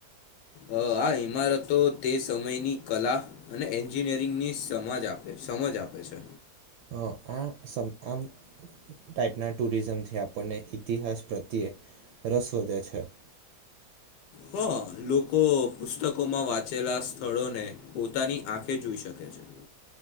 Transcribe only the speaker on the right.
હ આ આમ <unintelligible> ટાઈપના ટુરિઝમથી આપણને ઈતિહાસ પ્રત્યે રસ વધે છે <inaudible>